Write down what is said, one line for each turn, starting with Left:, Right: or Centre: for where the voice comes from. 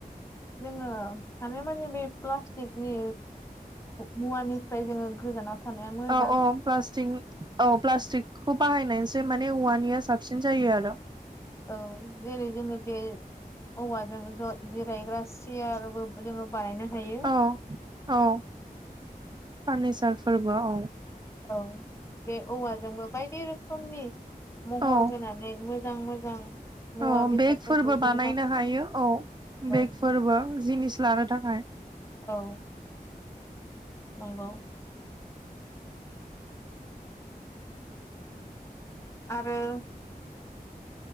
Left: जोङो हानायमानि बे प्लास्टिकनि मुवानि फ्राय जोङो गोजानाव थानाया मोजां
Right: औ औ प्लास्टिं औ प्लास्टिकखौ बाहायनायसो माने औवानिया साबसिन जायो आरो
Left: औ जेरै जोङो बे औवाजों ज-जिरायग्रा सियारबो जोङो बानायनो हायो।
Right: औ औ फार्निचारफोरबो औ
Left: औ बे औवाजोंबो बायदि रोखोमनि महर
Right: औ
Left: होनानै मोजां मोजां मुवा
Right: औ
Left: बेसादफोरखौ
Right: बेगफोरबो बानायनो
Left: जों
Right: हायो औ
Left: औ
Right: बेगफोरबो जिनिस लानो थाखाय
Left: औ नंगौ आरो